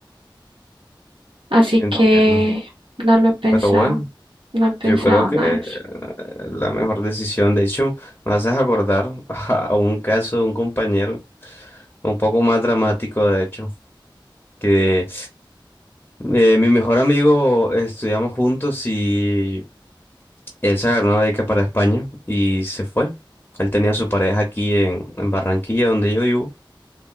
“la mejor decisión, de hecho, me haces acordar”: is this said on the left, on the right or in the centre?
Left